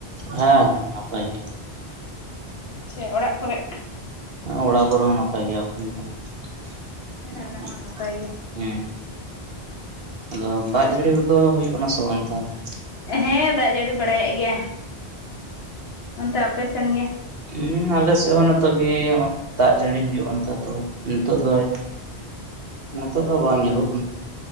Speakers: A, on the right (about 65°); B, on the left (about 70°).
A: ᱦᱮᱸ ᱦᱮᱸ ᱱᱟᱯᱟᱭ ᱜᱮ᱾
B: ᱟᱪᱷᱮ ᱚᱲᱟᱜ ᱠᱚᱨᱮᱜ?
A: ᱚᱲᱟᱜ ᱠᱚᱨᱮ ᱦᱚᱸ ᱱᱟᱯᱟᱭ ᱜᱮᱭᱟ ᱠᱚ <unintelligible>
B: ᱦᱮᱸ ᱟᱞᱮ ᱦᱚᱸ ᱱᱟᱯᱟᱭ ᱜᱮ
A: ᱦᱮᱸ ᱟᱫᱚ ᱫᱟᱜ ᱡᱟᱹᱲᱤ ᱠᱚᱫᱚ ᱦᱩᱭᱩᱜ ᱠᱟᱱᱟ ᱥᱮ ᱵᱟᱝ ᱛᱟᱦᱞᱮ?
B: ᱦᱮᱸ ᱫᱟᱜ ᱡᱟᱹᱲᱤ ᱵᱟᱲᱟᱭᱮᱜ ᱜᱮᱭᱟᱭ᱾ ᱚᱱᱛᱮ ᱟᱯᱮ ᱥᱮᱱ ᱜᱮ?
A: ᱦᱩᱸ ᱟᱞᱮᱥᱮᱜ ᱦᱚᱸ ᱱᱤᱛᱚᱜ ᱜᱮ ᱦᱚᱸᱜᱼᱚᱭ ᱫᱟᱜ ᱡᱟᱹᱲᱤ ᱦᱩᱭᱩᱜᱼᱟ ᱱᱤᱛᱚᱜ ᱫᱚ ᱱᱤᱛᱚᱜ ᱫᱚᱭ ᱱᱤᱛᱚᱜ ᱫᱚ ᱵᱟᱝ ᱧᱩᱨᱩᱜ ᱠᱟᱱᱟ